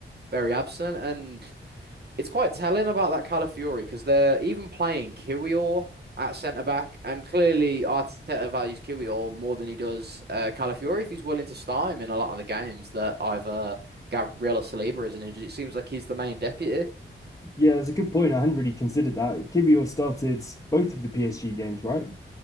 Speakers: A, on the right (about 50°); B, on the left (about 15°).
A: very absent. And it's quite telling about that Calafiori, because they're even playing Kiwior at centre back, and clearly Arteta values Kiwior more than he does uh, Calafiori if he's willing to start him in a lot of the games that either Gabriel or Saliba isn't injured. It seems like he's the main deputy.
B: yeah, that's a good point. I hadn't really considered that. Kivior started both of the PSG games, right?